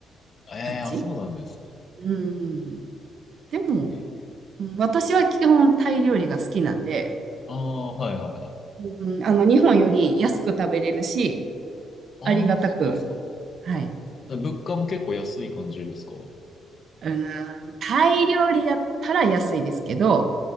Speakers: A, on the left (about 45°); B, on the right (about 60°).
A: ええあ、
B: 感じ。
A: そうなんですね。
B: うん。でも、
A: ええ
B: うん私は基本タイ料理が好きなんで、
A: ああ、はいはいはい。
B: うん、あの、日本より安く食べれるし、
A: ああ、
B: ありがたく、
A: そうですか。
B: はい。
A: 物価も結構安い感じですか
B: うん、タイ料理やったら安いですけど、